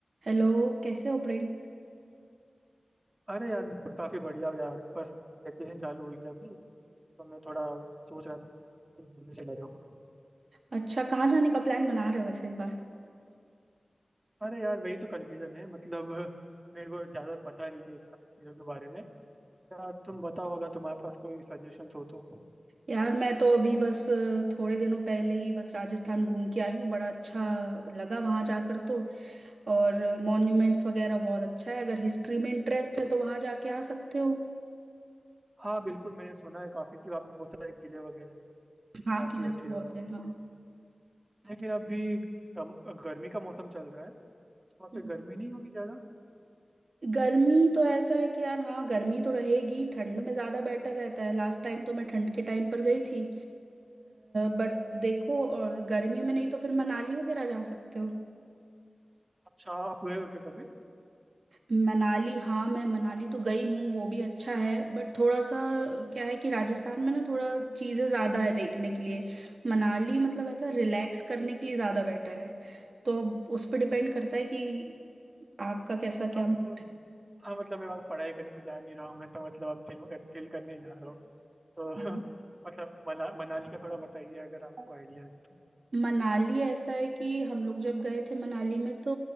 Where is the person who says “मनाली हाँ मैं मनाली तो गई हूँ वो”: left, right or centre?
Right